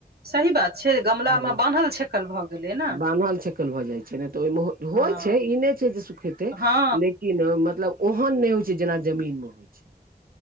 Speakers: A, on the right; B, on the right.
A: सही बात छै गमलामे
B: हँ
A: बान्हल छेकल भऽ गेलै न
B: बान्हल छेकल भऽ जाइ छै ने तऽ ओहिमे
A: हँ
B: होइ छै ई नय छै जे सुखेतै
A: हँ
B: लेकिन मतलब ओहन नहि होइ छै जेना जमीन मे होइ छै